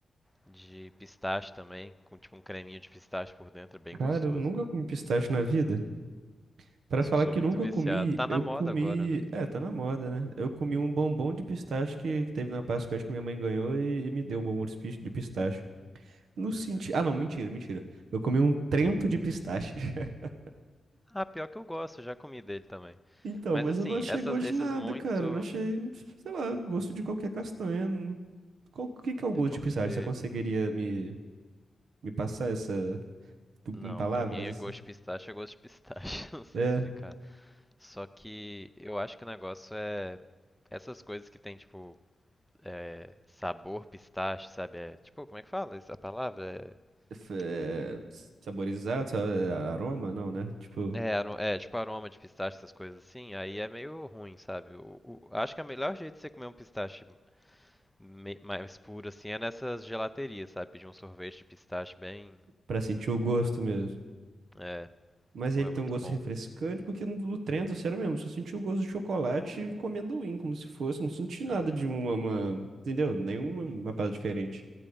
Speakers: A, in the centre; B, on the right (about 80°).
A: de pistache também, com tipo um creminho de pistache por dentro, é bem
B: Cara,
A: gostoso.
B: eu nunca comi pistache na vida. Pra
A: Nossa,
B: falar
A: eu sou
B: que
A: muito
B: nunca
A: viciado.
B: comi,
A: Tá na
B: eu
A: moda
B: comi.
A: agora, né?
B: É, tá na moda, né? Eu comi um bombom de pistache que, que teve na Páscoa, acho que minha mãe ganhou e, e me deu um bombom de pis- de pistache. No sentido.
A: Uhum.
B: Ah, não, mentira, mentira. Eu comi um trento de pistache. <laughs>
A: Ah, pior que eu gosto, eu já comi dele também.
B: Então,
A: Mas
B: mas
A: assim,
B: eu não achei
A: essas,
B: gosto
A: esses
B: de nada,
A: muito.
B: cara. Eu não achei, sei lá, gosto de qualquer castanha. Não- Qual, o que que é o gosto
A: É porque.
B: de pistache? Você conseguiria me, me passar essa. tipo,
A: Não,
B: em palavras?
A: pra mim é
B: Essa...
A: gosto de pistache, é gosto de pistache, <laughs> não sei
B: É,
A: explicar. Só que eu acho que o negócio é. Essas coisas que tem, tipo, é, sabor pistache, sabe? É, tipo, como é que fala essa palavra?
B: f- é.
A: É,
B: Saborizado, sa- aroma? Não, né? Tipo,
A: é, aro- é, tipo aroma de pistache, essas coisas assim. Aí é meio ruim, sabe? O, o- acho que o melhor jeito de você comer um pistache me- mais puro assim é nessas gelaterias, sabe? Pedir um sorvete de pistache bem.
B: pra sentir o gosto mesmo.
A: É,
B: Mas
A: pô,
B: ele
A: é
B: tem
A: muito
B: um gosto
A: bom.
B: refrescante, porque no do Trento, sério mesmo, só senti o gosto de chocolate com amendoim, como se fosse. Não senti nada
A: Uhum.
B: de uma, uma- entendeu? Nenhuma uma parada diferente.